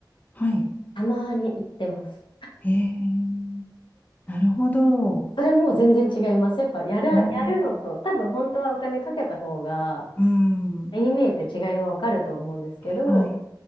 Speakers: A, on the left; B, on the left.
A: はい。
B: たまに行ってます。
A: へえ。なるほど。お
B: それも全然違います。やっぱやる、
A: お。
B: やるのと、多分本当はお金かけた方が、
A: うん、
B: 目に見えて違いはわかると思うんですけど、
A: はい。